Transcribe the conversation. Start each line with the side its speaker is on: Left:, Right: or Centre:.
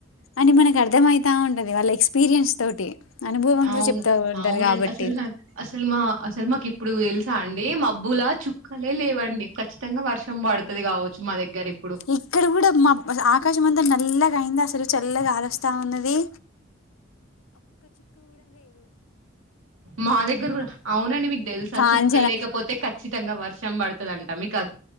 Left: అంటే మనకు అర్థమయితా ఉంటది వాళ్ళ ఎక్స్పీరియన్స్ తోటి అనుభవంతో
Right: అవును
Left: చెప్తా ఉంటారు
Right: అవునండి
Left: గాబట్టి.
Right: అసలు నాకు అసలు మా అసలు మాకు ఇప్పుడు దెలుసా అండి దె మబ్బులా చుక్కలే లేవండి ఖచ్చితంగా వర్షం పడుతది కావచ్చు మా దగ్గర ఇప్
Left: ఇక్కడ కూడా మబ్ ఆకాశం అంతా నల్లగా అయింది అసలు చల్ల గాలోస్తా ఉన్నది ది
Right: మా దగ్గర కూడా అవునండి మీకు దెల్సా
Left: కాంచన
Right: చుక్కలు లేకపోతే ఖచ్చితంగా వర్షం బడ్ తదంట మీక్ అ